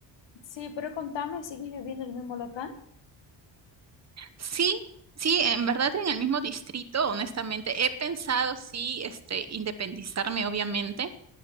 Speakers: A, on the left (about 75°); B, on the right (about 35°).
A: sí, pero contame, ¿seguís viviendo en el mismo local?
B: Sí, sí, en verdad en el mismo distrito, honestamente, he pensado sí, este, independizarme, obviamente,